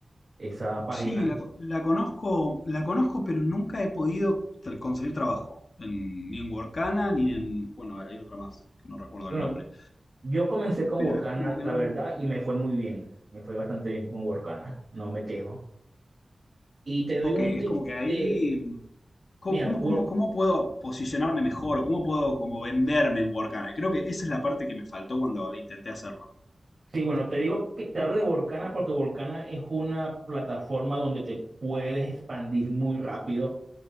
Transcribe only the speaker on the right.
esa página.
Bueno,
yo comencé con
Workana,
la
verdad, y me fue muy bien. Me fue bastante bien con Workana, no me quejo. Y te doy
un
tip
de,
mira,
Work-
Sí, bueno, te digo que te hablo de Volcana porque Volcana es una plataforma donde te puedes expandir muy rápido.